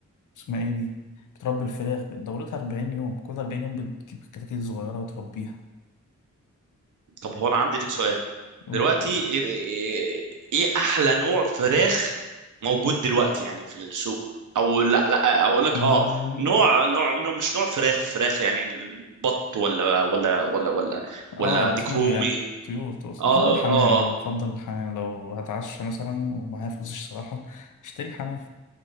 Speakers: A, on the left (about 80°); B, on the right (about 80°).
A: اسمها ايه دي بتربي الفراخ دورتها 40 يوم كل 40 يوم بتجيب كتاكيت صغيرة وتربيها
B: طب هو انا عندي ليك سؤال
A: أوه.
B: دلوقتي ايه إيه- إيه احلى نوع فراخ موجود دلوقتي يعني في السوق او لا لا اقول لك
A: ما
B: اه
A: هو
B: نوع نوع نوع- مش نوع فراخ فراخ يعني البط ولا ولا ولا ولا
A: اه
B: ولا ديك
A: طيور
B: رومي
A: يعني طيور تقصد
B: اه
A: بحب الحمام
B: اه
A: يعني بفضل الحمام لو هتعشى مثلا ومعايا فلوس الصراحة اشتري حمام